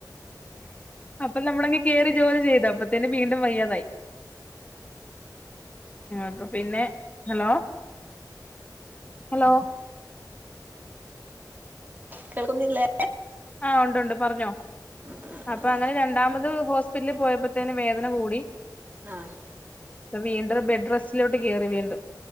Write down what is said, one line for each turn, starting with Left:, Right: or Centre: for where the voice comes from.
Left: അപ്പൊ നമ്മളങ്ങ് കേറി ജോലി ചെയ്തു. അപ്പത്തേന് വീണ്ടും വയ്യാതായി. അപ്പൊ പിന്നെ ഹലോ ഹലോ
Right: കേൾക്കുന്നില്ലേ?
Left: ആഹ് ഒണ്ടൊണ്ട് പറഞ്ഞോ
Right: ആഹ്
Left: അപ്പൊ അങ്ങനെ രണ്ടാമത് ഹോസ്പിറ്റലിൽ പോയപ്പോത്തേന് വേദന കൂടി
Right: ആഹ്
Left: ഇപ്പ വീണ്ടും ബെഡ് റെസ്റ്റ്. ലോട്ട് കേറി വീണ്ടും.